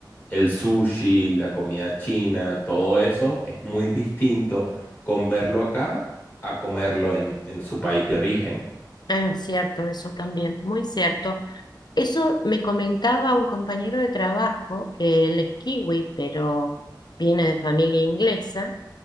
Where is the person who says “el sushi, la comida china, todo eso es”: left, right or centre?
Left